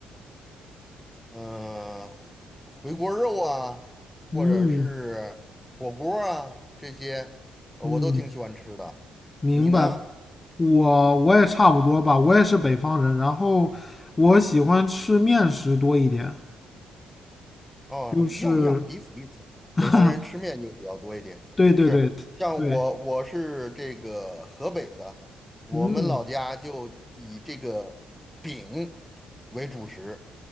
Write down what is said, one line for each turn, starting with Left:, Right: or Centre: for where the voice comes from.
Centre: 嗯、回回锅肉啊，
Left: 嗯
Centre: 或者是火锅啊，这些呃我都挺喜欢吃的。
Left: 嗯，明白。
Centre: 你呢？
Left: 我我也差不多吧，我也是北方人，然后我喜欢吃面食多一点，
Centre: 哦，
Left: 就是。
Centre: 一样一样，彼此彼此。
Left: <laughs>
Centre: 北方人吃面就比较多一点，
Left: 对对对对，
Centre: 是像我我是这个河北的，我们老家就以这个饼
Left: 嗯，
Centre: 为主食，